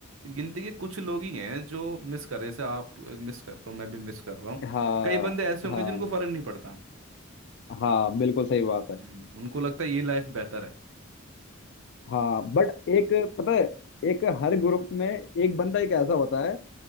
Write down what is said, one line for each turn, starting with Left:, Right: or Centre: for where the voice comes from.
Right: गिनती के कुछ लोग ही हैं जो मिस कर रहे जैसे आप मिस कर रहे हो मैं भी मिस कर रहा हूँ
Left: हाँ
Right: कई बंदे ऐसे होंगे
Left: हाँ
Right: जिनको फर्क नहीं पड़ता
Left: हाँ बिल्कुल सही बात है
Right: हम्म, उनको लगता है ये लाइफ बेहतर है
Left: हाँ बट एक पता है एक हर ग्रुप में एक बंदा एक ऐसा होता है